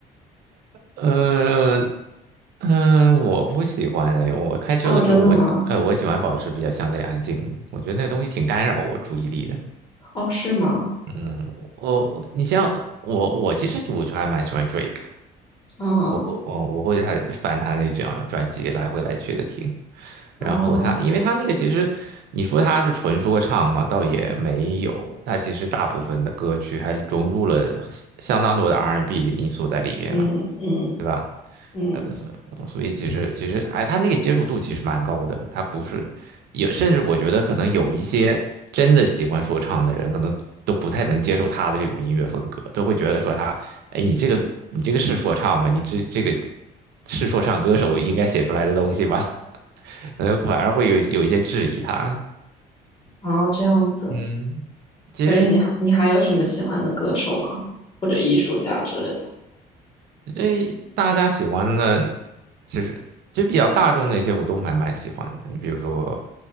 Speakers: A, on the right; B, on the left.
A: 呃，嗯、我不喜欢哎，我开车的时候，
B: 哦，真的吗？
A: 我喜，呃，我喜欢保持比较相对安静，我觉得那个东西挺干扰我注意力的。
B: 哦，是吗？
A: 嗯，我你像我我其实我就还蛮喜欢 Drake，
B: 啊
A: 我会，我我会还翻他那几张专辑来回来去的听，
B: 啊，
A: 然后他，因为他那个其实你说他是纯说唱嘛，倒也没有，他其实大部分的歌曲还融入了相当多的 R&B 的因素在里面嘛，
B: 嗯嗯
A: 对吧？
B: 嗯，
A: 呃，所以所以其实其实，哎，他那个接受度其实蛮高的，他不是有，甚至我觉得可能有一些真的喜欢说唱的人，可能都不太能接受他的这种音乐风格，都会觉得说他，哎，你这个你这个是说唱吗？你这这个是说唱歌手应该写出来的东西吗？<laughs> 可能反而会有有一些质疑他。
B: 啊，这样子。
A: 嗯，
B: 所以你还你还有什么喜欢的歌手吗？
A: 其实
B: 或者艺术家之类的？
A: 这大家喜欢的，其实就比较大众那些我都还蛮喜欢的，比如说，